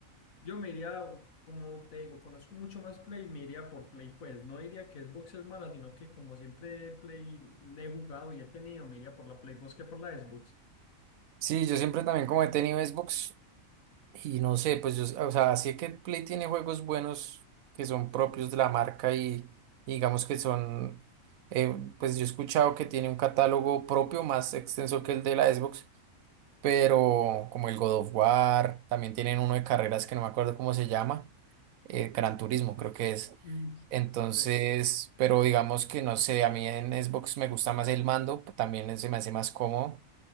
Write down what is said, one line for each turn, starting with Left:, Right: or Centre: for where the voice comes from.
Left: Yo me iría, como te digo, conozco mucho más Play, me iría por Play, pues no diría que Xbox es mala, sino que como siempre Play le he jugado y he tenido, me iría por la Play, pues que por la Xbox.
Right: Sí, yo siempre también como he tenido Xbox y no sé, pues yo, o sea, sí que Play tiene juegos buenos que son propios de la marca y, y digamos que son, eh, pues yo he escuchado que tiene un catálogo propio más extenso que el de la Xbox, pero como el God of War, también tienen uno de carreras que no me acuerdo cómo se llama. eh, Gran Turismo, creo que es.
Left: Mm,
Right: Entonces,
Left: pe-
Right: pero digamos que no sé, a mí en Xbox me gusta más el mando, p- también se me hace más cómodo,